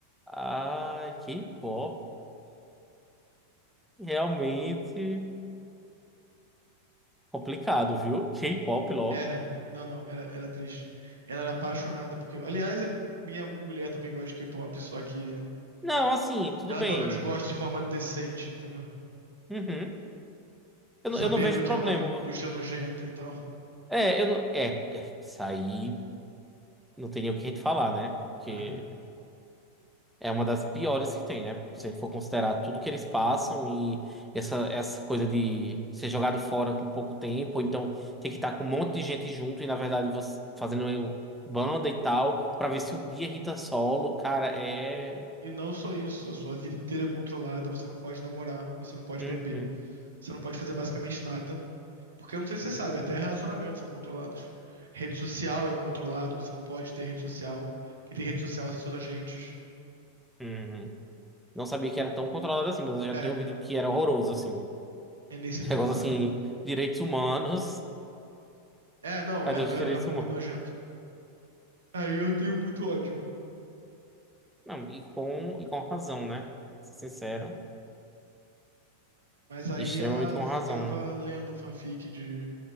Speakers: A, in the centre; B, on the right.
A: Ai, K-pop. Realmente complicado, viu? K-pop logo.
B: É, não, não, era, era triste. Ela era apaixonada porque. Aliás, a minha mulher também gosta de K-pop, só que.
A: Não, assim, tudo
B: ela
A: bem.
B: pelo menos gosta de forma decente, entendeu?
A: Uhum. Eu,
B: Sabendo
A: não- eu não vejo
B: que
A: problema.
B: é uma indústria nojenta e tal.
A: É, eu não. É, é, isso aí não tem nem o que te falar, né? Porque
B: É.
A: é uma das piores que tem, né? Se a gente for considerar tudo que eles passam e essa, essa coisa de ser jogado fora com pouco tempo, ou então ter que estar com um monte de gente junto e, na verdade, você fazendo banda e tal, pra ver se um dia Rita solo, cara, é.
B: E não só isso, a sua vida inteira é controlada, você não pode namorar, você não pode
A: Uhum,
B: beber, você não pode fazer basicamente nada. Porque eu não sei se você sabe, até relacionamentos são controlados. Rede social é controlado, você não pode ter rede social. Quem tem rede social são seus agentes.
A: uhum. Não sabia que era tão controlado assim, mas eu já
B: É,
A: tinha ouvido que era horroroso, assim.
B: é nesse
A: <laughs>
B: nível,
A: Negócio
B: cara.
A: assim, direitos humanos,
B: É, não,
A: cadê
B: é, é,
A: os direitos
B: é muito
A: humanos?
B: nojento. Aí eu tenho muito ódio.
A: Não, e com, e com razão, né? Sincero,
B: Mas aí
A: extremamente
B: ela
A: com
B: ficava
A: razão.
B: lendo fanfic de